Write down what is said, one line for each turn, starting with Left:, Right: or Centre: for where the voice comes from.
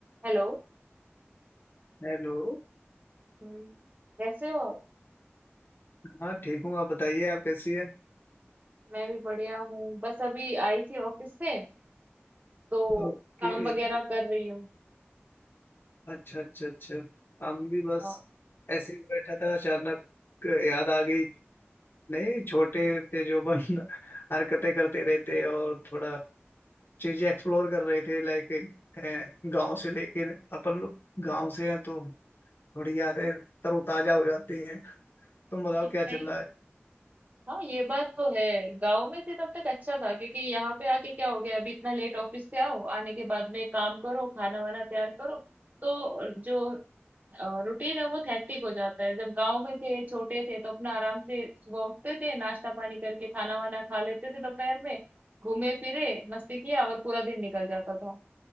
Right: Hello
Left: Hello
Right: हम्म, कैसे हो आप?
Left: हाँ ठीक हूँ आप बताइए आप कैसी है
Right: मैं भी बढ़िया हूँ बस अभी आई थी ऑफिस से तो
Left: ओके
Right: काम वगैरह कर रही हूँ
Left: अच्छा अच्छा अच्छा हम भी बस
Right: हाँ
Left: ऐसे ही बैठा था अचानक याद आ गई नहीं छोटे थे जो अपन <laughs> हरकतें करते रहते और थोड़ा चीजें एक्सप्लोर कर रहे थे लाइक गांव से लेकिन अपन लोग गांव से हैं तो थोड़ी यादें तरोताजा हो जाती हैं तुम बताओ
Right: नहीं,
Left: क्या
Right: सही
Left: चल रहा है
Right: हाँ ये बात तो है गांव में थे तब तक अच्छा था क्योंकि यहाँ पे आके क्या हो गया अभी इतना लेट ऑफिस से आओ आने के बाद में काम करो खाना वाना तैयार करो तो जो रूटीन है वो थैक्टिक हो जाता है जब गांव में थे छोटे थे तो अपना आराम से सुबह उठते थे नाश्ता पानी करके खाना वाना खा लेते थे दोपहर में घूमे फिरे मस्ती किया और पूरा दिन निकल जाता था